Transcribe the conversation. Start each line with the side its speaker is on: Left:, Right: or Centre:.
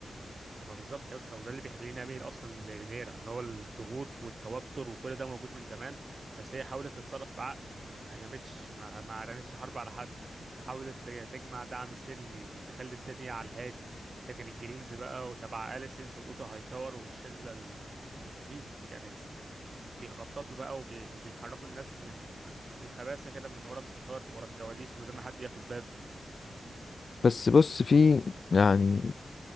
Right: طب ما بالظبط يا اسطى وده اللي بيخليني اميل اصلا لرينيرا ان هو الضغوط والتوتر وكل ده موجود من زمان بس هي حاولت تتصرف بعقل ما ما هجمتش ما ما اعلنتش حرب على حد حاولت ت- تجمع دعم سلمي لتخلي الدنيا على الهادي لكن الجرينز بقى وتبع اليسنت واوتا هايتاور والشله ال- دي كانت بيخططوا بقى وبي- وبيحركوا الناس من في الخباثه كده من ورا الستار ورا الكواليس من غير ما حد ياخد باله
Left: بس بص في يعني